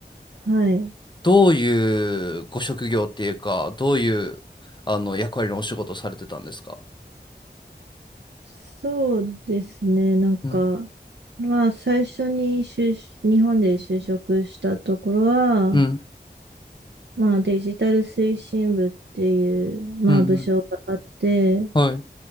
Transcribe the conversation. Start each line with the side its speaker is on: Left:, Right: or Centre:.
Right: はい。
Left: どういうご職業っていうか、どういう、あの、役割のお仕事をされてたんですか
Right: そうですね。なんか、
Left: うん、
Right: まあ、最初に就日本で就職したところは、
Left: うん、
Right: まあ、デジタル推進部っていう、まあ、
Left: うん、うん
Right: 部署があって、
Left: はい、